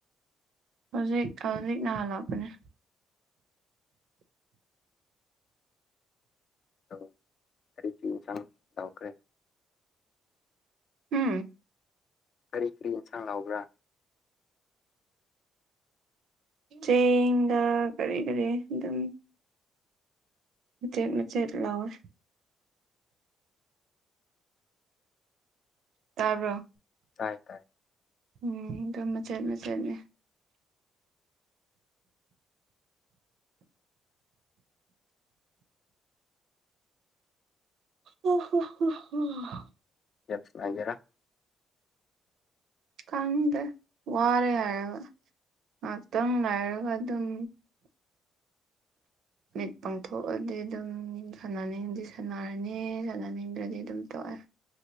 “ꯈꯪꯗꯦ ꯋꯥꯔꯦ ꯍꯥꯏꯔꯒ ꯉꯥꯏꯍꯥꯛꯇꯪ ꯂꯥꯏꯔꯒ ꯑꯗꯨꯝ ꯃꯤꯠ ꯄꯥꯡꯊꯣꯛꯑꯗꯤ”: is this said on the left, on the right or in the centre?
Right